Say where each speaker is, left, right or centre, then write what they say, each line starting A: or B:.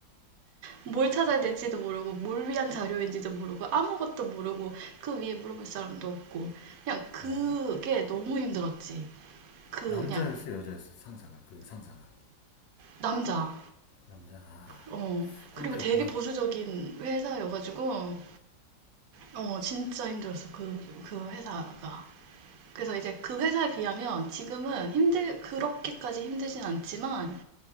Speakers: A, on the right; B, on the left.
A: 뭘 찾아야 될지도 모르고 뭘 위한 자료인지도 모르고 아무것도 모르고 그 위에 물어볼 사람도 없고 그냥 그게
B: 야,
A: 너무 힘들었지. 그
B: 남자였어,
A: 그냥
B: 여자였어, 상사가 그 상사가
A: 남자.
B: 남자, 아,
A: 어.
B: 꼰대였구나.
A: 그리고 되게 보수적인 회사여가지고 어, 진짜 힘들었어, 그, 그 회사가. 그래서 이제 그 회사에 비하면 지금은 힘들, 그렇게까지 힘들진 않지만,